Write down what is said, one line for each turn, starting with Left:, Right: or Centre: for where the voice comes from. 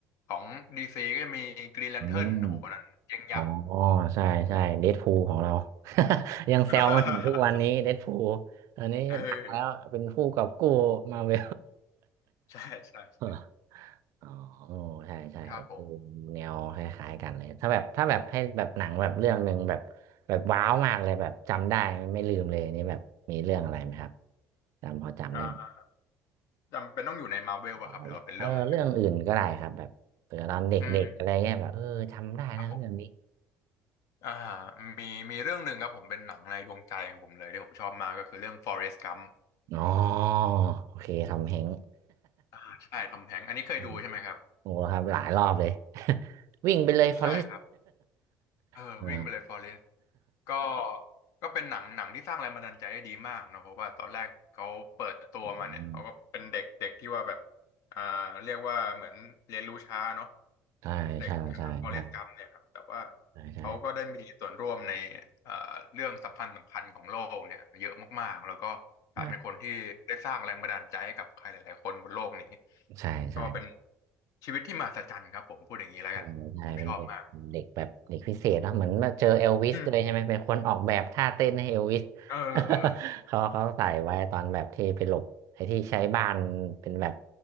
Left: ของดีซีก็จะมีกรีนแลนเทิร์นโอ้โหอันนั้นเจ๊งยับ
Right: อืมอ๋อใช่ใช่เดดพูลของเรา <laughs> ยังแซวมาถึงทุกวันนี้เดดพูลตอนนี้ดังแล้วเป็นผู้กอบกู้มาเว
Left: <laughs> เออใช่ใช่ใช่
Right: ล <laughs> อ๋อใช่ใช่โอ้โห
Left: ครับผม
Right: แนวคล้ายๆกันเลยถ้าแบบถ้าแบบให้แบบหนังแบบเรื่องหนึ่งแบบแบบว้าวมากเลยแบบจำได้ไม่ลืมเลยนี่แบบมีเรื่องอะไรไหมครับจำพอจำได้ไหม
Left: อ่า จำเป็นต้องอยู่ในมาร์เวลป่ะครับหรือว่าเป็นเรื่องไหน
Right: ว้าวเลยเออเรื่องอื่นก็ได้ครับแบบเผื่อตอนเด็กๆอะไรเงี้ยแบบเออจำได้นะเรื่องนี้
Left: อืมครับผมอ่ามีมีเรื่องหนึ่งครับผมเป็นหนังในดวงใจของผมเลยที่ผมชอบมากก็คือเรื่อง Forrest Gump
Right: อ๋อโอเคทำเฮง
Left: อ่าใช่ทอมแฮงค์อันนี้เคยดูใช่ไหมครับ
Right: <laughs> อืม <laughs> โอ้ครับหลายรอบเลย <laughs> วิ่งไปเลยฟ
Left: ใช่ครับ
Right: <laughs> อเรส
Left: เออวิ่งไปเลย
Right: <laughs> อ๋อ
Left: Forrest ก็ก็เป็นหนังหนังที่สร้างแรงบันดาลใจได้ดีมากเนอะเพราะว่าตอนแรกเขาเปิดตัวมาเนี่ยเขาก็เป็นเด็กเด็กที่ว่าแบบ
Right: <laughs>
Left: อ่าเรียกว่าเหมือนเรียนรู้ช้าเนาะ
Right: ใช่ใช่ใช่ใช่
Left: เด็กฟอเรสต์กัมเนี่ยครับแต่ว่า
Right: ใช่ใช่
Left: เขาก็ได้มีส่วนร่วมในเอ่อเรื่องสำคัญสำคัญของโลกเนี่ยเยอะมากๆแล้วก็กลายเป็นคนที่ได้สร้างแรงบันดาลใจให้กับใครหลายๆคนบนโลกนี้
Right: ได้ใช่ใช่
Left: ก็เป็นชีวิตที่มหัศจรรย์ครับผมพูดอย่างนี้แล้วกันผมชอบมาก
Right: โอ้ใช่เป็นเด็กเด็กแบบเด็กพิเศษเนอะเหมือนมาเจอเอลวิสด้วยใช่ไหมเป็นคนออกแบบท่าเต้นให้เอลวิส
Left: อืมเออ
Right: <laughs> เขาเขาใส่ไว้ตอนแบบที่ไปหลบไอ้ที่ใช้บ้านเป็นแบบ